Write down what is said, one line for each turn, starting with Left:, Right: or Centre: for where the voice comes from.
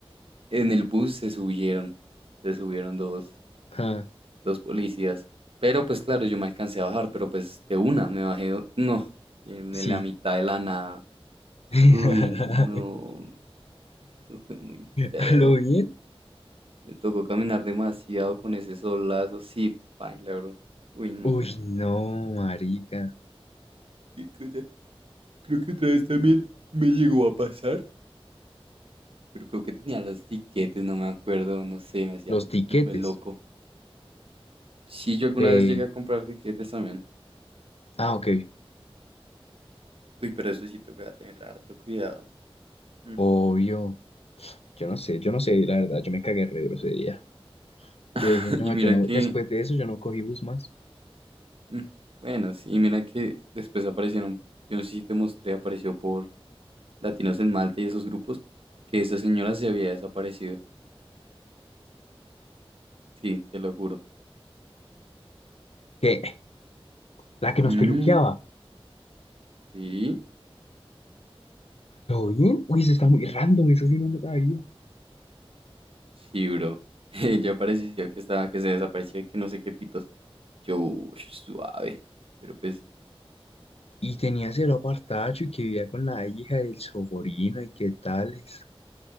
Right: en el bus se subieron, se subieron dos,
Left: Ah,
Right: dos policías. Pero pues claro, yo me alcancé a bajar, pero pues de una me bajé, do- no, en
Left: sí.
Right: la mitad de la nada.
Left: <laughs>
Right: Uy, no, fue muy feo.
Left: ¿A lo bien?
Right: Me tocó caminar demasiado con ese solazo, sí, paila, bro. Uy, no.
Left: Uy, no, marica.
Right: ¿Qué cosa? Creo que otra vez también me llegó a pasar pero creo que tenía los tiquetes, no me acuerdo, no sé, me hacía
Left: Los
Right: lo,
Left: tiquetes
Right: el loco. Sí, yo alguna
Left: de...
Right: vez llegué a comprar tiquetes también.
Left: Ah, ok.
Right: Uy, pero eso sí toca tener harto cuidado. Mm.
Left: Obvio, yo no sé, yo no sé, la verdad, yo me cagué re duro ese día. Yo
Right: <laughs>
Left: dije, no,
Right: Y mira
Left: yo no,
Right: que,
Left: después de eso yo no cogí bus más.
Right: mm, bueno, sí, y mira que después aparecieron, yo no sé si te mostré, apareció por Latinos en Malta y esos grupos, que esa señora se había desaparecido. Sí, te lo juro.
Left: ¿Qué? La que nos
Right: Mm,
Left: peluqueaba.
Right: sí,
Left: bien? Uy, eso está muy random, eso sí no lo sabía.
Right: sí, bro. <laughs> Ella apareció que estaba, que se desapareció, que no sé qué pitos. Yo, uy, suave. Pero pues,
Left: Y tenía cero apartacho y que vivía con la hija del Sogorino y qué tales.